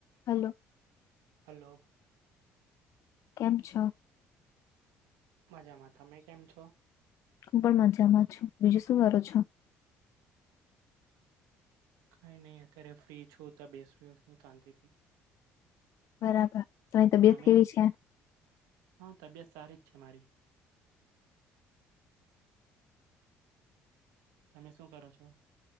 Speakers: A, on the left; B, on the right.
A: હાલો.
B: Hello.
A: કેમ છો?
B: મજામાં તમે કેમ છો?
A: હું પણ મજામાં છું બીજું શું કરો છો?
B: કઈ ની અત્યારે ફ્રી છું તો બેસયો શાંતીથી
A: બરાબર તમારી તબિયત
B: તમે
A: કેવી છે
B: હા તબિયત સારી છે, મારી તમે શું કરો છો?